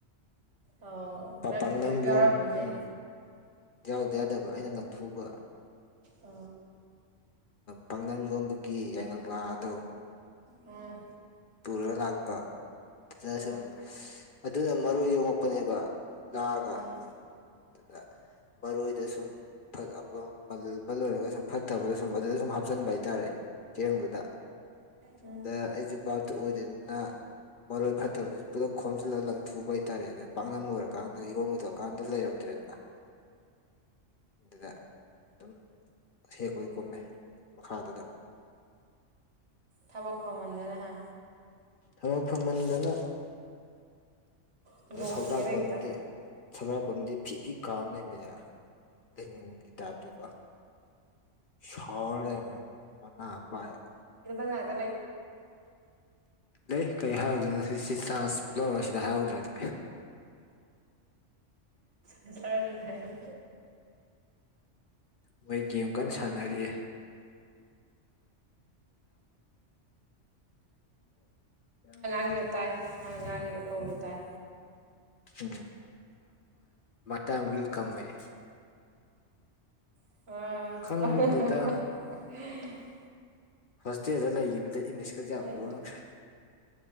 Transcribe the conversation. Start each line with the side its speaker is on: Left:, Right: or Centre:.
Right: ꯑꯣ
Left: ꯄꯥꯛꯅꯝ
Right: ꯅꯪꯗꯤ ꯑꯗꯨꯝ ꯌꯥꯎꯔꯛꯑꯝꯃꯤꯅꯦ
Left: ꯌꯣꯝ ꯎꯝ ꯌꯥꯎꯗ ꯌꯥꯗꯕ ꯑꯩꯅ ꯂꯪꯊꯨꯕ
Right: ꯑ
Left: ꯄꯥꯡꯅꯝ ꯌꯣꯟꯕꯒꯤ ꯌꯥꯏꯉꯪꯂꯥ ꯑꯗꯣ
Right: ꯎꯝ
Left: ꯄꯨꯔꯒ ꯂꯥꯛꯄ ꯑꯗꯨꯗ
Right: ꯑꯥ
Left: ꯁꯨꯝ ꯑꯗꯨꯅ ꯃꯔꯣꯏ ꯌꯦꯣꯡꯉꯛ ꯀꯞꯄꯅꯦꯕ ꯂꯥꯛꯑꯒ
Right: ꯑꯥ
Left: ꯑꯗꯨꯗ ꯃꯔꯣꯏꯗ ꯁꯨꯝ ꯐꯖ ꯃꯜꯕꯜ ꯂꯣꯏꯔꯒ ꯁꯨꯝ ꯐꯠꯇꯕꯗꯣ ꯁꯨꯝ ꯑꯗꯨꯗ ꯁꯨꯝ ꯍꯥ ꯍꯥꯨꯞꯞꯆꯟꯕ ꯍꯥꯏꯇꯥꯔꯦ ꯆꯦꯡꯗꯨꯗ
Right: ꯎꯝ
Left: ꯑꯗ ꯑꯩꯁꯨ ꯕꯥꯇ ꯑꯣꯏꯗꯅꯤꯅ ꯃꯔꯣꯏ ꯐꯠꯇꯕꯅꯤ ꯄꯨꯂꯞ ꯈꯣꯝꯖꯤꯜꯂꯒ ꯂꯪꯊꯨꯕ ꯍꯥꯏꯇꯥꯔꯦ ꯑꯗꯣ ꯄꯥꯛꯅꯝ ꯂꯣꯏꯔꯀꯥꯟꯗ ꯌꯝꯒꯗꯣꯛꯑꯀꯥꯟꯗ ꯂꯩꯔꯝꯗ꯭ꯔꯦꯗꯅ ꯑꯗꯨꯗ ꯑꯗꯨꯝ ꯍꯦꯛꯄꯒꯤ ꯀꯨꯝꯃꯦ ꯃꯈꯥꯗꯨꯗ
Right: ꯊꯕꯛ ꯐꯃꯟꯗꯅꯍ
Left: ꯊꯕꯛ ꯐꯝꯍꯟꯗꯅ
Right: ꯍꯨꯟꯗꯣꯛꯄꯤꯅꯦꯕ
Left: ꯑ ꯁꯧꯖꯥꯛꯄꯗꯤ
Right: ꯍꯦꯛꯇ
Left: ꯁꯒꯥꯛꯐꯝꯗꯤ ꯐꯤ ꯐꯤ ꯀꯥꯝ ꯂꯩꯃꯦ ꯂꯤꯟꯒꯤ ꯇꯥꯏꯞꯇꯀꯣ ꯁꯂꯦ ꯃꯅ ꯄꯥꯏ
Right: ꯗꯂꯥꯏ꯭ꯔꯥ
Left: ꯂꯩ ꯀꯔꯤ ꯍꯥꯏꯔꯧꯗꯣꯏꯅꯣ ꯁꯤ ꯁꯤ ꯆꯥꯟꯁ ꯂꯧꯔꯒ ꯁꯤꯗ ꯍꯥꯏꯔꯧꯗ꯭ꯔꯅ ꯑꯗꯨ
Right: ꯁꯁꯔꯗꯅꯥꯏ ꯍꯧ
Left: ꯃꯣꯏ ꯒꯦꯝ ꯀꯟꯅ ꯁꯥꯟꯅꯔꯤꯑ ꯣ
Right: ꯂꯩꯇꯥꯦ ꯑꯪ ꯉꯥꯡꯉꯤꯗ ꯀꯧꯁꯨ ꯇꯥꯏ
Left: ꯎꯝ ꯇꯥꯅꯤ ꯋꯤꯜ ꯀꯝꯌꯦ
Right: ꯑ
Left: ꯈꯪꯗꯦꯗ ꯍꯣꯁꯇꯦꯜꯗ ꯂꯩꯈꯤꯕꯗ ꯏꯪꯂꯤꯁꯀꯁ ꯌꯥꯝ
Right: ꯅꯣꯏ
Left: ꯂꯣꯟꯈ꯭ꯔꯦ